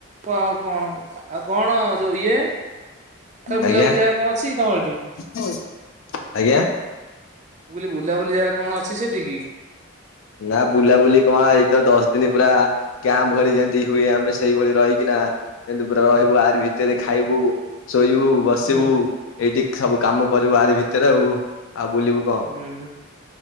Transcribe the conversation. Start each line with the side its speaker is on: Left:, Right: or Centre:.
Right: ପ ଆଉ କଣ ଖା ଆଉ କଣ ଯୋଉ ଇଏ ବୁଲାବୁଲି
Left: ଆଜ୍ଞା
Right: ଜାଗା କଣ ଅଛି ତମର ଏଠି
Left: <unintelligible> ଆଜ୍ଞା।
Right: ମୁଁ କହିଲି ବୁଲାବୁଲି ଜାଗା କଣ ଅଛି ସେଠି କି?
Left: ନା ବୁଲାବୁଲି କଁ ଏଇ ତ ଦଶ ଦିନି ପୁରା କ୍ୟାମ୍ପ ଭଳି ଯେନ୍ତି ହୁଏ ଆମେ ସେଇଭଳି ରହିକିନା ଏନ୍ତି ପୁରା ରହିବୁ ଆରି ଭିତେରେ ଖାଇବୁ। ଶୋଇବୁ ବସିବୁ
Right: ହୁଁ
Left: ଏଇଠି ସବୁ କାମ କରିବୁ ଆରି ଭିତେରେ ଆଉ ଆଉ ବୁଲିବୁ କଣ
Right: ଉଁ